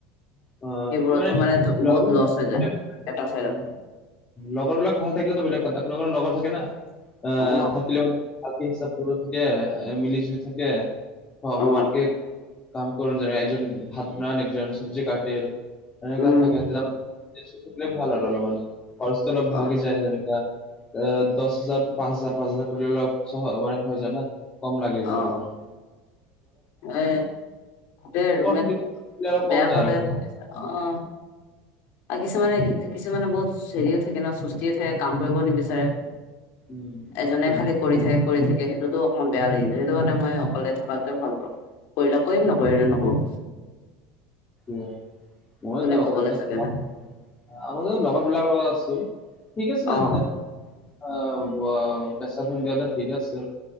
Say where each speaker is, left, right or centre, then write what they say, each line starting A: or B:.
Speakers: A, on the left; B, on the left.
A: অ
B: সেইবোৰতো
A: মানেলে
B: মানে
A: <unintelligible>
B: বহুত লছ হৈ যায় এটা
A: উ
B: চাইডত
A: লগৰ বিবলাক ভাল থাকিলেতো বেলেগ কথা কোনো কোনো লগৰ থাকে না আহ
B: অ
A: থাকিলে মানে ভালকে হিচাপ কৰিব থাকে মিলি জুলি থাকে সমান
B: অ
A: কে কাম কৰ যে একজন ভাত বনান একজন চব্জি কাটেল তেনেকুৱা
B: উম
A: থাকেত থাকিল ভাল আৰু অলপমান খৰচটো অলপ ভাগি
B: অ
A: যায় যেনেকুৱা দহ হাজাৰ পাঁচ হাজাৰ পাঁচ হাজাৰ কৰিলে অলপহ মানে হৈ যায়া কম লাগে যায়
B: অ
A: অলপ মান।
B: এ দে ৰুমট
A: লগৰ থাকিলে থাকিলে অলপ কম
B: বেয়া
A: যায়
B: পালে
A: আৰু খৰচ
B: অ' আৰু কিছুমানে কিছুমানে বহুত হেৰিও থাকে ন সুস্থ্তিও থাকে কাম কৰিব নিবিচাৰে
A: উম,
B: এজনে
A: সেইটোৱে
B: খালি কৰি থাকে। কৰি থাকে সেইটোতো অকণমান বেয়া লাগিছে সেইটো কাৰণে মই অকলে থকাতো ভাল পাওঁ। কৰিলে কৰিম নকৰি নে নকৰোঁ।
A: এ মইতো
B: কোনে
A: অকলে
B: কবলৈ
A: আছোঁ।
B: চাগে না
A: আগতে লগৰ বিলাক লগত আছিল ঠিক আছিল
B: অ
A: তে আহ বাচন কিয় ঠিক আছে